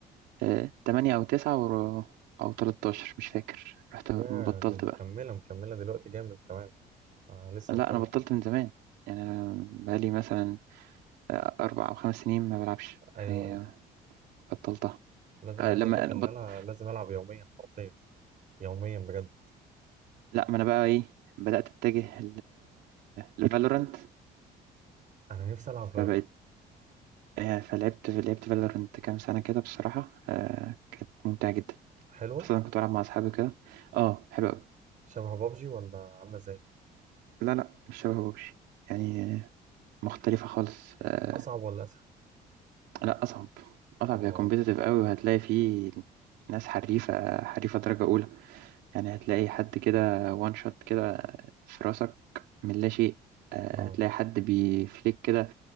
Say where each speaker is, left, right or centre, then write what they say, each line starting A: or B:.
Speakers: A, on the right (about 90°); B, on the right (about 50°).
A: آه، تمانية أو تسعة ور- أو تلتاشر مش فاكر رحت
B: يا
A: بطلت
B: دي مكمله
A: بقى
B: مكمله دلوقتي جامد كمان آه لسه
A: لا
B: مكمل
A: أنا بطلت من زمان يعني أنا بقالي مثلا آه، أربع أو خمس سنين ما بلعبش
B: ايوه
A: يعني
B: ايوه
A: آه، بطلتها
B: لا ده
A: آه،
B: انا عايز
A: لما
B: اقول لك
A: أنا
B: ان
A: بط...
B: انا لازم العب يوميا حرفيا يوميا بجد
A: لا ما أنا بقى إيه بدأت أتجه لفالورانت
B: انا نفسي العب فالورنت
A: فبقيت آه، فلعبت لعبت فالورانت كام سنة كده بصراحة آه، كانت ممتعة جدا
B: حلوه
A: خاصة أنا كنت بلعب مع أصحابي كده اه حلو أوي
B: شبه بابجي ولا عامله ازاي
A: لا لا مش شبه ببجي يعني مختلفة خالص آه
B: اصعب ولا اسهل
A: لا أصعب أصعب
B: اه
A: هي كومبيتيتيف قوي وهتلاقي فيه ناس حريفة حريفة درجة أولى يعني هتلاقي حد كده وان شوت كده في راسك من لا شيء آه
B: اه
A: هتلاقي حد بيفليك كده